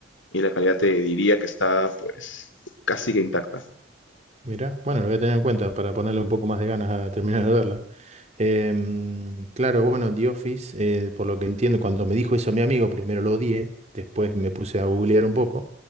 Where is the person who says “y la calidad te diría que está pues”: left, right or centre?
Left